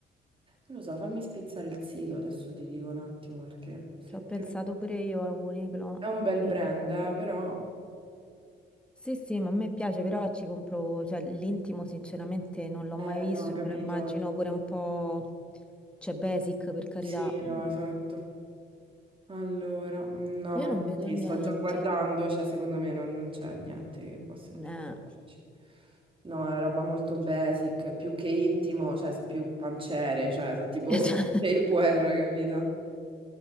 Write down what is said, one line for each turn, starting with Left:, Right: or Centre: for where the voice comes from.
Right: lo so, fammi spizzare il sito, adesso ti dico un attimo perché effettivamente
Centre: Ci ho pensato pure io a Uniqlo.
Right: è un bel
Centre: In
Right: brand,
Centre: effetti.
Right: eh, però,
Centre: Sì, sì, ma a me piace, però ci compro, cioè l'intimo sinceramente non l'ho
Right: eh,
Centre: mai visto
Right: no, ho capito.
Centre: e me lo immagino pure un po', cioè basic per carità.
Right: Sì, no,
Centre: Mm.
Right: esatto. Allora, no,
Centre: Io
Right: ma
Centre: non
Right: infatti
Centre: vedo niente.
Right: sto già guardando, cioè secondo me non, non c'è niente che possa interessarci.
Centre: Eh.
Right: No, è roba molto basic, più che intimo, cioè sono più pancere, cioè sono tipo
Centre: <laughs>
Right: <laughs> Tupperware, capito?